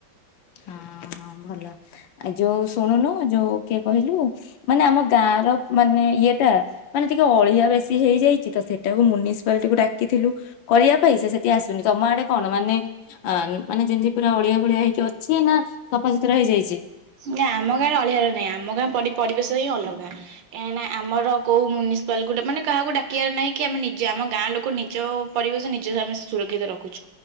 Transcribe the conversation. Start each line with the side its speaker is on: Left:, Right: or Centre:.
Left: ହଁ ହଁ ଭଲ ଆଉ ଯୋଉ ଶୁଣୁନୁ ଯୋଉ କିଏ କହିଲୁ ମାନେ ଆମ ଗାଁ ର ମାନେ ଇଏ ଟା ମାନେ ଟିକେ ଅଳିଆ ବେଶୀ ହେଇଯାଇଛି ତ ସେଇଟାକୁ ମୁନିସିପାଲିଟିକୁ ଡାକିଥିଲୁ। କରିବା ପାଇଁ ସେଠି ଆସୁନି ତମ ଆଡେ କଣ ମାନେ ଅ ମାନେ ଯେମିତି ପୁରା ଅଳିଆ ଭଳିଆ ହେଇକି ଅ କିଛି ନା ସଫାସୁତୁରା ହେଇଯାଇଛି।
Right: ନା ଆମ ଗାଁରେ ଅଳିଆ ର ନାହିଁ ଆମ ଗାଁ ପରିବେଶ ହିଁ ଅଲଗା। କାହିଁକିନା ଆମର କୋଉ ମ୍ୟୁନିସିପାଲି ଗୋଟେ ମାନେ କାହାକୁ ଡାକିବାର ନାହିଁ କି ଆମେ ନିଜ ଆମ ଗାଁ ଲୋକ ନିଜ ପରିବେଶ ନିଜେ ଆମେ ସୁରକ୍ଷିତ ରଖୁଛୁ।